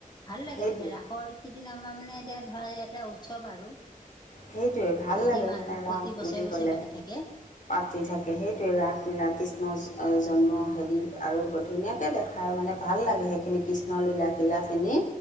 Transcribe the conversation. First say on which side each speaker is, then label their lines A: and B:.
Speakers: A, on the left; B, on the left.
A: ভাল লাগে
B: সেইটোৱেই
A: মানে ৰাসৰ কেইদিন আমাৰ মানে এতিয়া ধৰা এটা উৎসৱ আৰু।
B: সেইটোৱে ভাল
A: প্ৰতি
B: লাগে
A: মাহ
B: মানে
A: প্ৰতি
B: ৰাস
A: বছৰে
B: বুলি
A: বছৰে
B: ক'লে।
A: পাতি থাকে
B: পাতি থাকে সেইটোৱে ৰাসলীলা কৃষ্ণ জন্ম হেৰি আৰু ধুনীয়া- কে দেখায় মানে ভাল লাগে সেইখিনি কৃষ্ণলীলা-শীলা খিনি।